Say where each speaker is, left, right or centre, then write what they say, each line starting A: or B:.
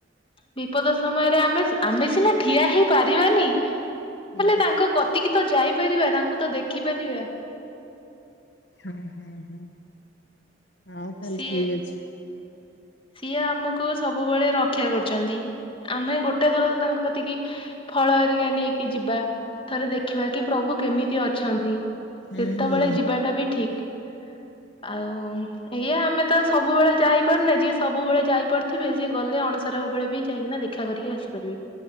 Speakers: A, on the left; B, on the left.
A: ବିପଦ ସମୟରେ ଆମେ ଆମେ ସିନା ଠିଆ ହେଇ ପାରିବାନି ହେଲେ
B: ହୁଁ
A: ତାଙ୍କ କତିକି ତ ଯାଇପାରିବା ତାଙ୍କୁ ତ ଦେଖିପାରିବା।
B: ହୁଁ ହୁଁ ହୁଁ। ହଁ ତାହେଲେ
A: ସିଏ
B: ଠିକ ଅଛି।
A: ସିଏ ଆମକୁ ସବୁବେଳେ ରକ୍ଷା କରୁଛନ୍ତି ଆମେ ଗୋଟେ ଥର ତ ତାଙ୍କ କତିକି ଫଳ ଏରିକା ନେଇକି ଯିବା ଥରେ ଦେଖିବା କି ପ୍ରଭୁ କେମିତି ଅଛନ୍ତି।
B: ହୁଁ
A: ସେତେବେଳେ
B: ହୁଁ
A: ଯିବାଟା ବି ଠିକ। ଆଉ ଏଇଆ ଆମେ ତ ସବୁବେଳେ ଯାଇ <unintelligible> ସବୁବେଳେ ଯାଇପାରୁଥିବେ ସିଏ ଗଲେ ଅଣସରହ ବେଳେ ବି ଯାଇକିନା ଦେଖ ରକ୍ଷା କରିକି ଆସିପାରିବେ